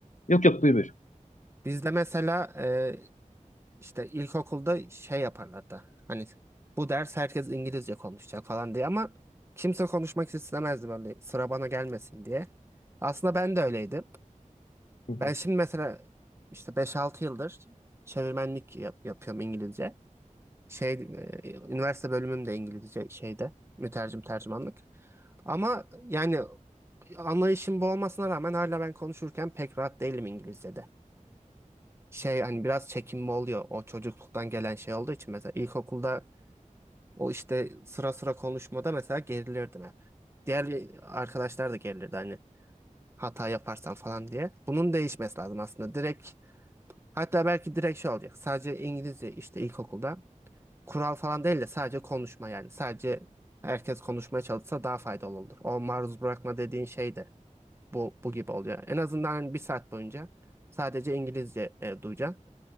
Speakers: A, on the left; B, on the right.
A: Yok yok buyur
B: Bizde mesela e, İşte ilkokulda şey yaparlardı. Hani bu ders herkes İngilizce konuşacak falan diye ama kimse konuşmak istemezdi böyle sıra bana gelmesin diye. Aslında ben de öyleydim.
A: buyur.
B: Ben şimdi mesela işte beş altı yıldır çevirmenlik yap- yapıyorum İngilizce. Şey, e, üniversite bölümüm de İngilizce şeyde mütercim tercümanlık. Ama yani anlayışım bu olmasına rağmen hala ben konuşurken pek rahat değilim İngilizce'de şey hani biraz çekinme oluyor o çocukluktan gelen şey olduğu için mesela ilkokulda o işte sıra sıra konuşmada mesela gerilirdim hep. Diğer arkadaşlar da gerilirdi hani hata yaparsan falan diye. Bunun değişmesi lazım aslında. Direkt hatta belki direkt şey olacak. Sadece İngilizce işte ilkokulda kural falan değil de sadece konuşma yani. Sadece herkes konuşmaya çalışsa daha faydalı olur. O maruz bırakma dediğin şey de bu, bu gibi oluyor. En azından hani bir saat boyunca sadece İngilizce e, duyacaksın.